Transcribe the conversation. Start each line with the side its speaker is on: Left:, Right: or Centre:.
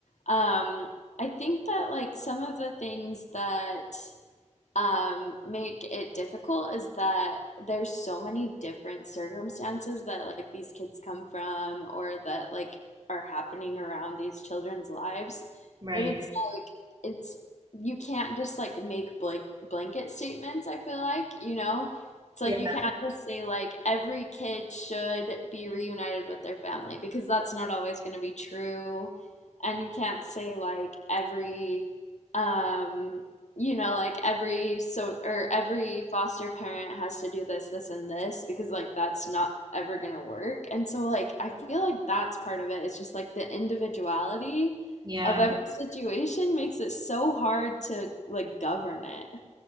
Left: Um, I think that like some of the things that um, make it difficult is that there's so many different circumstances that like these kids come from or that like are happening around these children's lives
Right: Right.
Left: that it's like it's you can't just like make blank blanket statements I feel like you know it's like
Right: Yeah.
Left: you can't just say like every kid should be reunited with their family because that's not always going to be true and you can't say like every um you know, like every so or every foster parent has to do this, this, and this because like that's not ever gonna work. And so like I feel like that's part of it is just like the individuality
Right: Yeah.
Left: of every situation makes it so hard to like govern it.